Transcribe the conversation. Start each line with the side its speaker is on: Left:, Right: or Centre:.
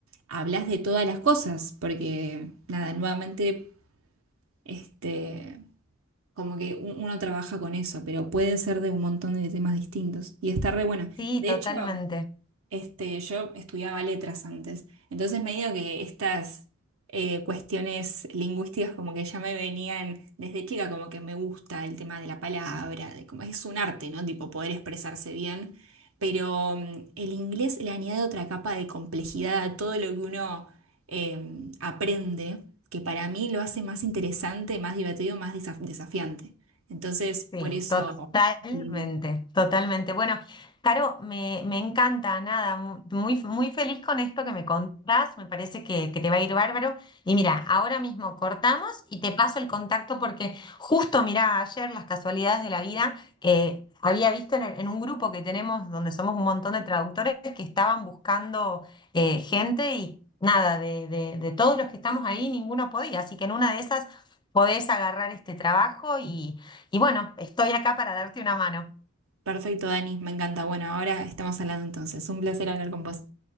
Right: hablas de todas las cosas, porque nada, nuevamente, este, como que u- uno trabaja con eso, pero puede ser de un montón de temas distintos. Y está re bueno.
Left: Sí,
Right: De
Left: totalmente.
Right: hecho. Este, yo estudiaba letras antes, entonces medio que estas eh, cuestiones lingüísticas como que ya me venían desde chica, como que me gusta el tema de la palabra, de cómo es un arte, ¿no? Tipo poder expresarse bien, pero mm, el inglés le añade otra capa de complejidad a todo lo que uno eh, aprende, que para mí lo hace más interesante, más divertido, más desaf- desafiante. Entonces,
Left: Sí,
Right: por eso...
Left: totalmente,
Right: Lina.
Left: totalmente. Bueno, Caro, me, me encanta, nada, mu- muy, muy feliz con esto que me contás, me parece que, que te va a ir bárbaro. Y mira, ahora mismo cortamos y te paso el contacto porque justo, mira, ayer las casualidades de la vida, eh, había visto en, el- en un grupo que tenemos donde somos un montón de traductores que estaban buscando eh, gente y nada, de, de, de todos los que estamos ahí, ninguno podía, así que en una de esas podés agarrar este trabajo y... Y bueno, estoy acá para darte una mano.
Right: Perfecto, Dani, me encanta. Bueno, ahora estamos hablando entonces. Un placer hablar con vos.